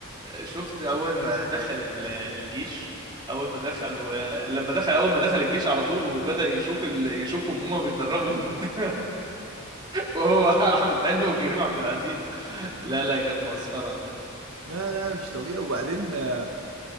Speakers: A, on the right; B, on the right.
A: شفت اول ما دخل ال- الجيش اول ما دخل ولما دخل اول ما دخل الجيش على طول وبدأ يشوف ال... يشوفهم هما بيتدربوا
B: <laughs>
A: <laughs> وهو احمد حلمي وكريم عبد العزيز لا لا كان مسخرة
B: لا لا مش طبيعي وبعدين آه،